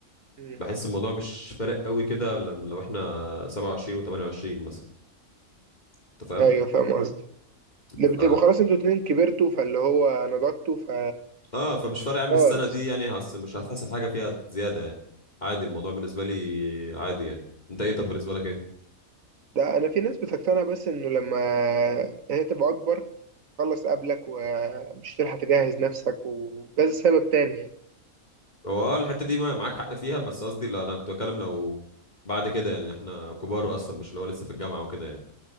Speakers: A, on the right; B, on the left.
A: مم.
B: بحس الموضوع مش فارق قوي كده لما- لو احنا 27 و28 مثلا انت فاهم
A: ايوه فاهم قصدي ده
B: ف
A: بتبقوا خلاص انتوا اتنين كبرتوا فاللي هو نضجتوا ف
B: اه فمش فارق يا عم
A: خلاص
B: السنه دي يعني هس مش هتحصل حاجه فيها زياده يعني عادي الموضوع بالنسبه لي عادي يعني انت ايه طب بالنسبه لك ايه
A: ده انا في ناس بتقتنع بس انه لما هي تبقى اكبر خلص قبلك ومش تلحق تجهز نفسك وكذا سبب تاني يعني
B: هو اه الحته دي ما- معاك حق فيها بس قصدي لا انا كنت بتكلم لو بعد كده يعني احنا كبار اصلا مش اللي هو لسه في الجامعه وكده يعني